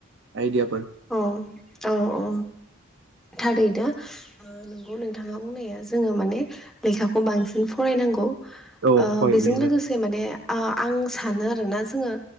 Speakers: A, on the right; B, in the centre.
A: आइडियाफोर
B: औ औ औ थारैनो नंगौ नोंथाङा बुंनाया जोङो माने लेखाखौ बांसिन फरायनांगौ।
A: औ हय
B: बेजों
A: बे
B: लोगोसे माने आं सानो आरोना जोङो